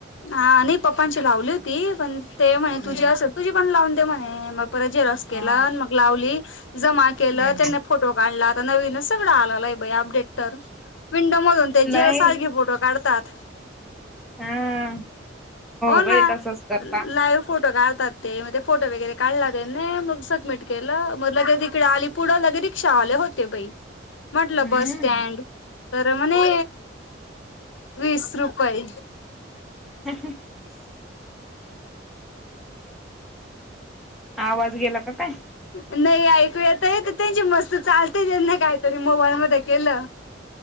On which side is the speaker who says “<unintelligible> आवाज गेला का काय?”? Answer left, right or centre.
Centre